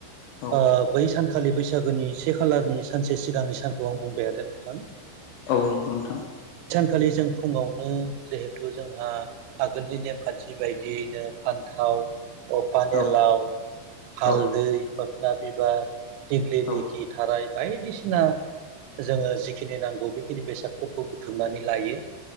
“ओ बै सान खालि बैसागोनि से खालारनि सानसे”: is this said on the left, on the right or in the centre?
Right